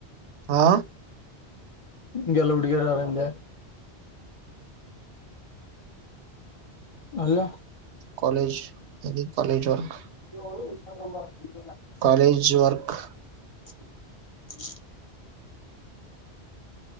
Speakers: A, on the right; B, on the left.
A: ಹಾ
B: ಗೆಲ್ಲ ಹುಡ್ಗಿಯರ ಅರಂದೆ ಅಲ್ಲ
A: ಕಾಲಜ್ ಅದ ಕಾಲೇಜ ವರ್ಕ್
B: ಹ
A: ಕಾಲೇಜ ವರ್ಕ್
B: ಹ